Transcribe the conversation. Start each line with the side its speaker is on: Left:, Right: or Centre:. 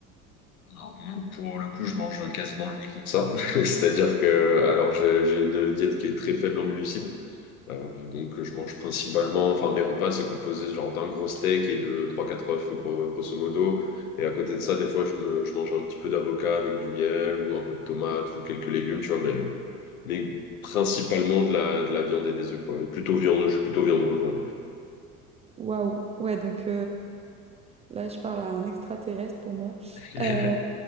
Left: Non, Pour le coup, je mange quasiment uniquement ça. <laughs> C'est-à-dire que, alors, j'ai j'ai une diète qui est très faible en glucides. Euh, donc, je mange principalement, enfin, mes repas, c'est composé genre d'un gros steak et de trois quatre œufs, gros- grosso modo. Et à côté de ça, des fois, je, me, je mange un petit peu d'avocat avec du miel ou un peu de tomate ou quelques légumes, tu vois, mais mais principalement de la, de la viande et des œufs, quoi. Et plutôt viande, je suis plutôt viande rouge, ouais.
Right: Waouh. Ouais, donc, Là, je parle à un extraterrestre pour moi.
Left: <laughs>
Right: Euh,